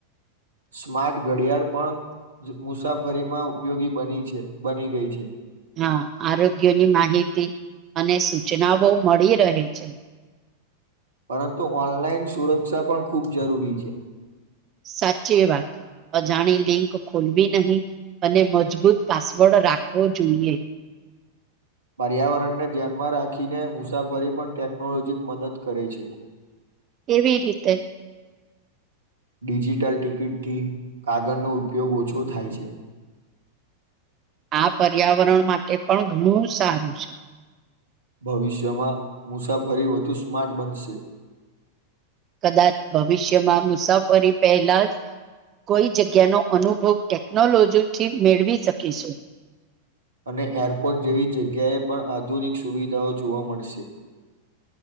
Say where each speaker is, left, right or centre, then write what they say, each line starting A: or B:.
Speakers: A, on the right; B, on the right.
A: સ્માર્ટ ઘડિયાળ પણ મુસાફરીમાં ઉપયોગી બની છે બની ગઈ છે
B: હા આરોગ્યની માહિતી અને સૂચનાઓ મળી રહે છે
A: પરંતુ ઓનલાઈન સુરક્ષા પણ ખૂબ જરૂરી છે
B: સાચી વાત અજાણી લિંક ખોલવી નહીં અને મજબૂત પાસવર્ડ રાખવો જોઈએ
A: <inaudible> પર્યાવરણને ધ્યાનમાં રાખીને મુસાફરી પણ ટેકનોલોજી મદદ કરે છે <inaudible>
B: કેવી રીતે
A: ડિજિટલ ટિકિટથી કાગળનો ઉપયોગ ઓછો થાય છે <inaudible>
B: આ પર્યાવરણ માટે પણ ઘણું સારું છે
A: ભવિષ્યમાં મુસાફરી વધુ સ્માર્ટ બનશે
B: કદાચ ભવિષ્યમાં મુસાફરી પહેલા જ કોઈ જગ્યાનો અનુભવ ટેકનોલોજીથી મેળવી શકીશું
A: અને એરપોર્ટ જેવી જગ્યાએ પણ આધુનિક સુવિધાઓ જોવા મળશે